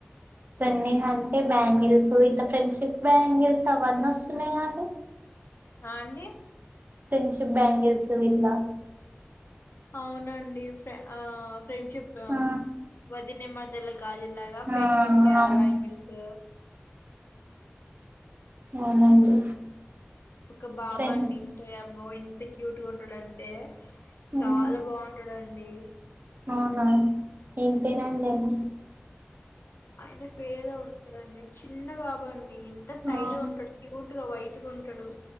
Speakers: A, on the right (about 50°); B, on the left (about 70°).
A: ట్రెండింగ్ అంటే బ్యాంగిల్స్ ఇట్లా ఫ్రెండ్షిప్ బ్యాంగిల్స్ అవన్నీ వస్తున్నాయి కాండి
B: ఆ అండి
A: ఫ్రెండ్షిప్ బ్యాంగిల్స్ ఇట్లా
B: అవునండి ఫ ఆ ఫ్రెండ్షిప్
A: ఆ
B: వదిన మరదలా గజ్జుల్లగ ఫ్రెండ్షిప్
A: ఆ
B: క్యా
A: అవును
B: బంగ్లేసు
A: అ అవునండి
B: ఒక బాబ్
A: ఫ్రెండ్
B: అండి ఇన్స్టాగ్రామ్ లో ఎన్ ఎంత క్యూట్ ఉంటాడుంటే చాలా
A: ఉమ్
B: బాగుంటాడుండి
A: అవునా ఏం పేర్ అండి ఆయనది
B: అయిన పేరు ఏమో ఉంటది అండి చిన్న బాబు అన్ నెన్ ఇంత స్టైల్
A: ఆ
B: గా ఉంటాడు క్యూట్ గా వైట్ గా ఉంటాడు